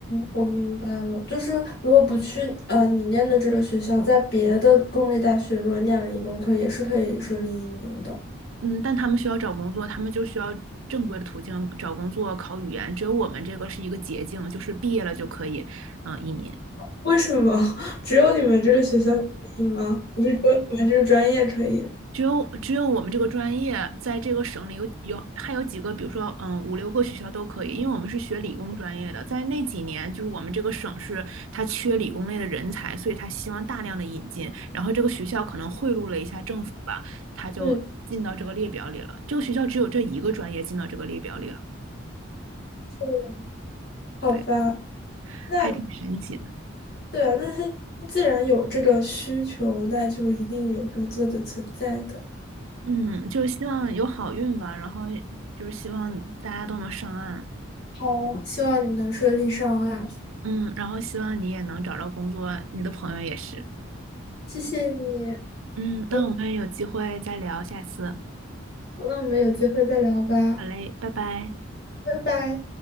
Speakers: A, on the left (about 50°); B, on the right (about 80°).
A: 我明白了，就是如果不去呃你念的这个学校，在别的公立大学如果念了理工科，也是可以顺利移民的。
B: 嗯，但他们需要找工作，他们就需要正规的途径找工作、考语言。只有我们这个是一个捷径，就是毕业了就可以，嗯、移民。
A: 为什么 <laughs> 只有你们这个学校可以吗？不是只有你们这个专业可以？
B: 只有只有我们这个专业在这个省里有有还有几个，比如说嗯五六个学校都可以，因为我们是学理工专业的，在那几年就是我们这个省市它缺理工类的人才，所以他希望大量的引进，然后这个学校可能贿赂了一下政府吧，他就进到这个列表里了。
A: 嗯，
B: 这个学校只有这一个专业进到这个列表里了，
A: 嗯好吧，
B: 对，
A: 那
B: 还挺神奇的。
A: 对啊，那他既然有这个需求，那就一定有工作的存在的。
B: 嗯，就是希望有好运吧，然后就是希望大家都能上岸，
A: 好，希望你能顺利上岸，
B: 嗯，然后希望你也能找到工作，你的朋友也是，
A: 谢谢你。
B: 嗯，
A: 我
B: 那我们有机会再聊，下次，
A: 那我们有机会再聊吧，
B: 好嘞，拜拜。
A: 拜拜。